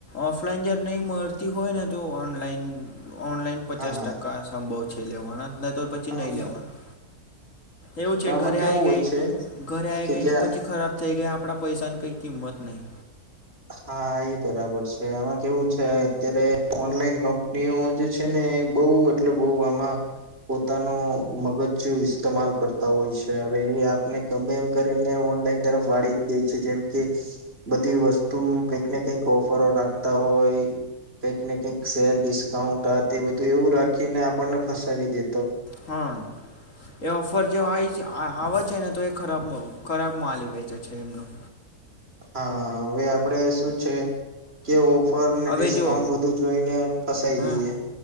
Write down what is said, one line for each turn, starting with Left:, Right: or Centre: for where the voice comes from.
Left: ઓફલાઈન જ્યારે નહીં મળતી હોય ને તો ઓનલાઈન ઓનલાઈન પચાસ
Right: હા
Left: ટકા સંભવ છેલ્લેવણા. નાતોર પછી
Right: હા
Left: નહીં
Right: બરાબર
Left: લેવાનું. એવું
Right: તો
Left: છે
Right: આમાં
Left: ઘરે
Right: કેવું
Left: આઈ ગઈ
Right: હોય છે
Left: ઘરે આઈ
Right: કે
Left: ગઈ
Right: જ્યાં
Left: ને પછી ખરાબ થઈ ગયા આપડા પૈસાની કંઈ કિંમત નહીં.
Right: હા, એ બરાબર છે આમાં કેવું છે અત્યારે ઓનલાઈન કંપનીઓ જે છે ને એ બહુ એટલે બહુ આમાં પોતાનો મગજ ઇસ્તેમાલ કરતા હોય છે હવે એ આપને ગમે એમ કરીને ઓનલાઈન તરફ વાળી જ દે છે જેમ કે બધી વસ તું કંઈક ને કઈક ઓફરો રાખતા હોય કંઈક ને કઈક સેલ ડિસ્કાઉન્ટ આ તે બધું એવું રાખીને આપણને ફસાવી દે.
Left: હા, એ ઓફર જે આવી છે હા હાવર છે ને તો એ ખરાબ ખરાબ માલ વેચે છે એમનું.
Right: હા હવે આપડે શું છે કે ઓફર ને
Left: હવે
Right: ડિસ્કાઉન્ટ
Left: જો
Right: બધું જોઈને ફસાઈ
Left: હં
Right: જઈએ.